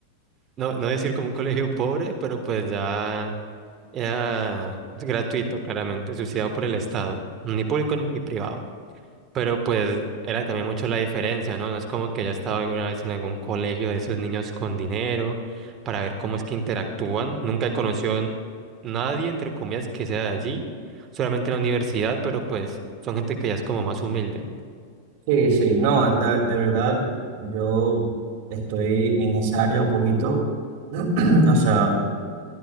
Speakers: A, on the right (about 30°); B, on the right (about 45°).
A: no, no decir como un colegio pobre, pero pues ya era gratuito, claramente, subsidiado por el Estado, ni público ni privado. Pero pues era también mucho la diferencia, ¿no? No es como que ya estaba alguna vez en algún colegio de esos niños con dinero para ver cómo es que interactúan. Nunca he conocido n- nadie, entre comillas, que sea de allí, solamente en la universidad, pero pues son gente que ya es como más humilde.
B: Sí, sí, no, de, de verdad, yo estoy en esa área un poquito, <clears throat> o sea,